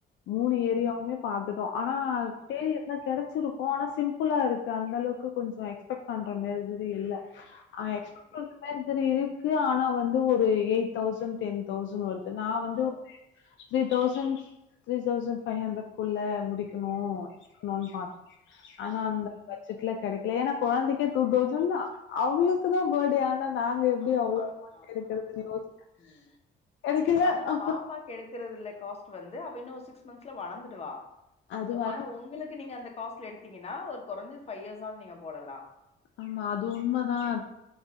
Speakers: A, on the left; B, on the left.
A: மூணு
B: ம்
A: ஏரியாவுமே பாத்து ஆனா
B: ம்
A: தேரி
B: ம்
A: எந்த கெடைச்சிருக் ஓ ஆனா சிம்பிளா இருக்கு அந்த அளவுக்கு கொஞ்சம் எக்ஸ்பெக்ட் பண்ற மேரி இல்ல அவ்
B: சேரி
A: எக்ஸம
B: சேரி
A: இரு <unintelligible> ஆனா வந்து ஒரு எயிட் தௌசண்ட் டென் தௌசண்ட் வரு நான் வந்து
B: ஓ
A: ஒரு three thousands three thousand five hundred குள்ள முடிச் டிக்கனும்
B: ம் ம் ம்
A: ஆனா
B: ம்
A: அந்த பட்ஜெட்ல கெடைக் ஏன்னா கொழந்தைக்கே டூ தௌசன் அவளுக்கு தா பேர்டே ஆனா நாங்க எப்டி
B: ஆமா
A: அவ்ளோ அமௌண்ட்
B: ஆமா
A: எடுக்கறதுன்னு
B: ஆமா
A: யோசிச்ச
B: உம்
A: கெடைக்கல
B: ஆனா
A: அப்றோ
B: பாப்பா கெடுக்கறது இல காஸ்ட் வந்து வந்து அவ இன்னும் சிக்ஸ் மந்த்ஸ்ல வளர்ந்துடுவா
A: அது வள
B: ஆனா ஒங்களுக்கு நீங்க அந்த காஸ்ட்ல எடு பாத்தீங்கன்னா ஒரு குறைஞ்சது ஃபை இயர்ஸ் ஆவது நீங்க போடலாம்.
A: ஆமா அது உண்மதான்